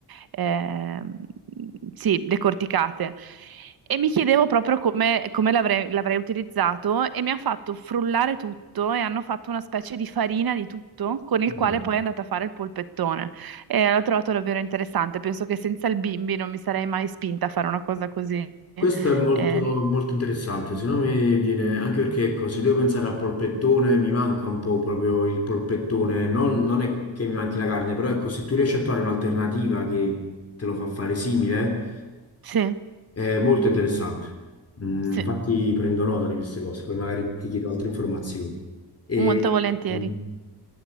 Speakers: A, on the right; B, on the left.
A: ehm, sì, decorticate. E mi chiedevo proprio come, come l'avrei l'avrei utilizzato e mi hanno fatto frullare tutto e hanno fatto una specie di farina di tutto con il
B: mm.
A: quale poi è andata a fare il polpettone. E l'ho trovato davvero interessante. Penso che senza il bimbi non mi sarei mai spinta a fare una cosa così.
B: Questo è molto,
A: Eh,
B: molto interessante, secondo me viene anche perché ecco, se devo pensare al polpettone mi manca un po' proprio il polpettone, non, non è che mi manchi la carne, però ecco, se tu riesci a trovare un'alternativa che te lo fa fare simile,
A: Sì,
B: è molto interessante. Mm,
A: sì,
B: infatti prendo nota di queste cose, poi magari ti chiedo altre informazioni. E,
A: molto volentieri.
B: mm,